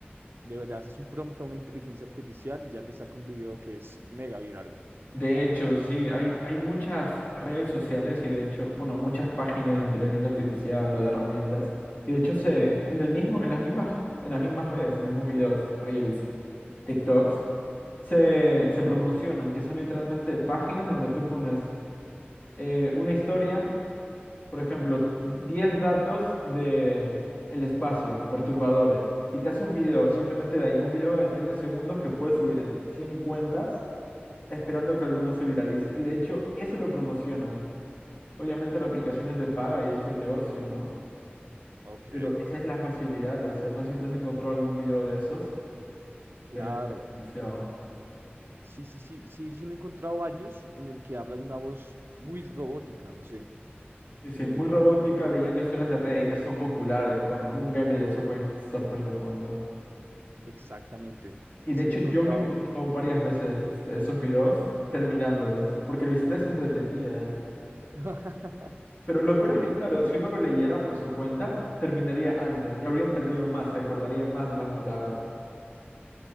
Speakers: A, on the right; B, on the left.
A: le, le haces un prompt a una inteligencia artificial y ya te saca un video que es mega viral.
B: De hecho, sí, hay, hay muchas redes sociales y de hecho, bueno, muchas páginas de inteligencia artificial o de herramientas. Y de hecho se, en el mismo, en las mismas, en las mismas redes, en los mismos videos, Reels, TikToks, se, se promocionan, que son literalmente páginas donde tú pones eh, una historia. por ejemplo, 10 datos de el espacio, perturbadores, y te hace un video, simplemente de ahí, un video de 30 segundos que puedes subir en 100 cuentas, esperando que alguno se viralice. Y de hecho, eso lo promocionan. Obviamente la aplicación es de paga y ahí está el negocio, ¿no?
A: Ok,
B: Pero esa es la facilidad de hacer. No sé si te has encontrado algún video de esos.
A: claro.
B: que Demasiado.
A: Sí, sí, sí, sí, sí me he encontrado varios en el que habla una voz muy robótica, no sé,
B: Sí, sí,
A: em,
B: muy robótica, leyendo historias de Reddit, esos son populares, con un gameplay de Subway Surfers de fondo.
A: exactamente.
B: Y
A: Sí
B: de hecho
A: me he encontrado,
B: yo me he varias veces este, esos videos terminándolos, porque la historia es entretenida.
A: <laughs>
B: Pero lo
A: ok,
B: peor es que, claro, si uno lo leyera por su cuenta, terminaría antes y habría entendido más, se acordaría más de las palabras.